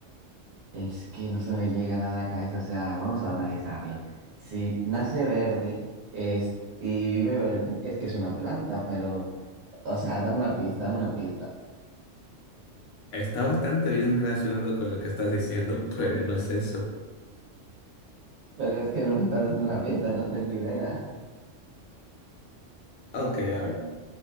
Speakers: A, on the right (about 85°); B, on the left (about 75°).
A: Es que no se me llega nada a la cabeza, o sea, vamos a analizarlo. Si nace verde es, y vive verde, es que es una planta, pero, o sea, dame una pista, dame una pista.
B: Está bastante bien relacionado con lo que estás diciendo, <laughs> pero no es eso.
A: Pero es que no me estás dando una pista, no tengo idea.
B: Ok, a ver,